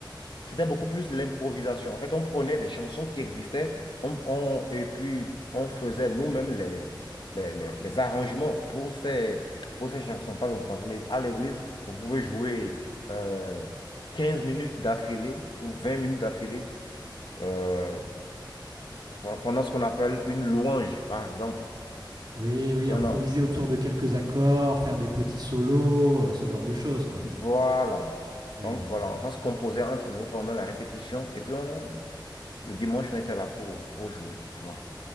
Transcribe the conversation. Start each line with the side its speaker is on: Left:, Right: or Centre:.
Left: c'était beaucoup plus de l'improvisation. En fait, on prenait des chansons qui existaient on, on- et puis on faisait nous-mêmes les, les, les- les arrangements pour ces, pour ces chansons. Par exemple, dans une, ég- à l'église, vous pouvez jouer euh, 15 minutes d'affilée ou 20 minutes d'affilée euh, pendant ce qu'on appelle une louange, par exemple.
Right: Oui, oui,
Left: Et on
Right: improviser
Left: a,
Right: autour de quelques accords, faire des petits solos, euh, ce genre de choses, quoi.
Left: Voilà.
Right: Oui.
Left: Donc voilà, ça se composait entre nous pendant la répétition. Et puis on- le dimanche, on était là pour, pour jouer, tu vois.